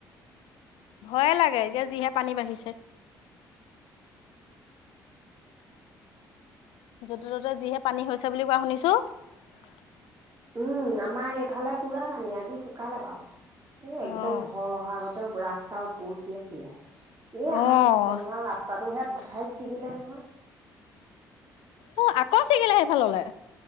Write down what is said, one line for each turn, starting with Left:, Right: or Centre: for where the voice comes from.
Left: ভয়ে লাগে এতিয়া যিহে পানী বাঢ়িছে। য'তে - ত'তে যিহে পানী হৈছে বুলি কোৱা শুনিছো।
Right: উম আমাৰ এইফালে পুৰা পানী আজি শুকালে বাও এ
Left: অ',
Right: একদম ধল অহাগ ৰাস্তা উপচি আছিলে, এই
Left: অ',
Right: আমাৰ পিছখন গাওঁৰ ৰাস্তাত আৰু সেই দুঠাইত ছিগিলে নহয়।
Left: অ', আকৌ ছিগিলে সেইফাললে?